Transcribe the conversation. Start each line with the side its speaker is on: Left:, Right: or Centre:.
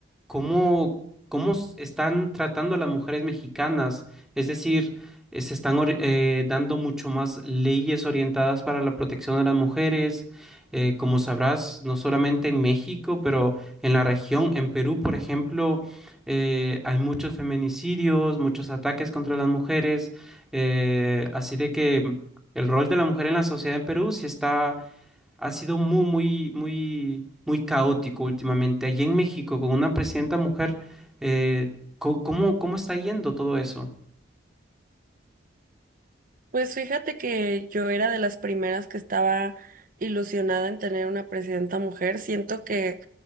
Centre: ¿cómo, cómo s- están tratando a las mujeres mexicanas? Es decir, eh, se están ori- eh, dando mucho más leyes orientadas para la protección de las mujeres. Eh, como sabrás, no solamente en México, pero en la región, en Perú, por ejemplo, eh, hay muchos feminicidios, muchos ataques contra las mujeres. eh, así de que el rol de la mujer en la sociedad en Perú sí está ha sido muy, muy, muy, muy caótico últimamente. Allí en México, con una presidenta mujer, eh, co- ¿cómo, cómo está yendo todo eso?
Right: Pues fíjate que yo era de las primeras que estaba ilusionada en tener una presidenta mujer. Siento que